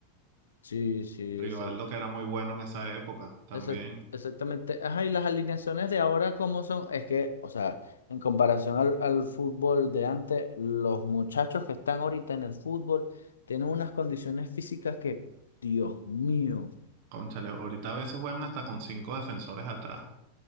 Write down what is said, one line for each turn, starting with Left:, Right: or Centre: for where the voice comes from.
Left: Sí, sí,
Right: Rivaldo
Left: exacto.
Right: que era muy bueno en esa época también.
Left: Exac- Exactamente. Ajá, y las alineaciones de ahora, ¿cómo son? Es que, o sea, en comparación al, al fútbol de antes, los muchachos que están ahorita en el fútbol tienen unas condiciones físicas que, Dios mío,
Right: Cónchale, ahorita a veces juegan hasta con cinco defensores atrás.